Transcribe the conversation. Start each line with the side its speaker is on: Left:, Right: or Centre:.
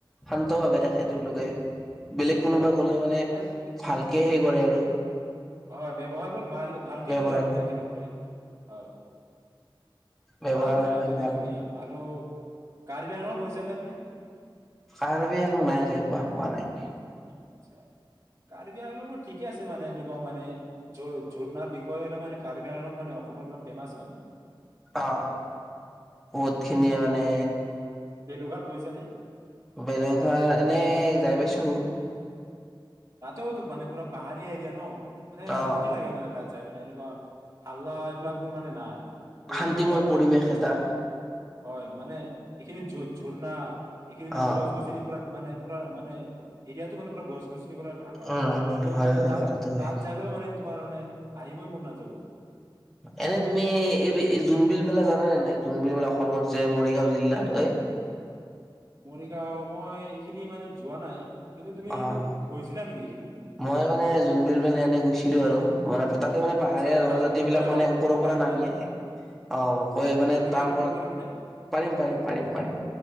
Centre: শান্তভাৱে থাকে তেওঁলোকে। বেলেগ
Right: হয়
Centre: কোনোবা গ'লে মানে ভালকে সেই কৰে আৰু।
Right: হয়, ব্যৱহাৰবোৰ ভাল। ভালকে
Centre: ব্যৱহাৰ
Right: কৰে
Centre: বিলাক
Right: বেয়াকে নকৰে, হয়
Centre: ব্যৱহাৰ
Right: ভাল জেগাটো
Centre: বিলাক
Right: এনে
Centre: ভাল
Right: ধুনীয়া। আৰু, কাৰ্বি আংলংত গৈছ নে আপুনি?
Centre: কাৰ্বি আলং নাই যাই পোৱা পোৱা নাই।
Right: আত্চ্ছা কাৰ্বি আংলংৰ ঠিকে আছে মানে এনেকুৱা মানে ঝৰ ঝৰ্ণাৰ বিষয়ে হলে মানে কাৰ্বি আংলং মানে অসমৰ পৰা ফেমাচ মানে।
Centre: অ বহুত খিনিয়ে মানে
Right: বেলুঘাত গৈছা নে?
Centre: বলেঘাত এনেই যাই পাইছো।
Right: তাতেওতো মানে পুৰা পাহাৰী এৰিয়া ন। মানে
Centre: অ',
Right: শান্তি লাগে মানে তাত। যায় মানে এনেকুৱা হাল্লা এইবিলাক বোৰ মানে নাই। ত'
Centre: শান্তিময়
Right: এইখিনি আপোনাৰ
Centre: পৰিৱেশ
Right: ঝৰ
Centre: এটা।
Right: হয় মানে এইখিনিত ঝ ঝৰ্ণা। এইখিটো
Centre: অ',
Right: গছ-গছনিৰ পৰা মানে পুৰা মানে এতিয়াতো মানে পুৰা গছ, গছ গছনিৰে ঢাকা,
Centre: উম, উম,
Right: ত'
Centre: হয়,
Right: মানে
Centre: হয়,
Right: তাত,
Centre: কথাটো হয়।
Right: তাত যালেও মানে। তোমাৰ মানে, আহিবই মন নাযাব।
Centre: এনে তুমি এই জোনবিল মেলা জানানে নাই, জোনবিল মেলা অসমত যে মৰিগাঁও জিলাত হয়?
Right: মৰিগাঁৱৰ, মই এইখিনি মানে যোৱা নাই। কিন্তু তুমি
Centre: অ',
Right: গৈছিলা নেকি এইখিনি
Centre: মই মানে জোনবিল মেলা এনে গৈছিলো আৰু। মানে তাত তাতে মানে পাহাৰীয়া
Right: আচ্ছা তাৰ
Centre: জনজাতি
Right: বিষয়ে
Centre: বিলাক
Right: অলপ
Centre: মানে ওপৰৰ
Right: ক'ব
Centre: পৰা
Right: পাৰিবনে
Centre: নামি আহে। অ, কৈ মানে
Right: বিষয়ে
Centre: তাৰ
Right: অলপ
Centre: পৰা,
Right: ক'ব পাৰিবনে
Centre: পাৰিম, পাৰিম, পাৰিম, পাৰিম।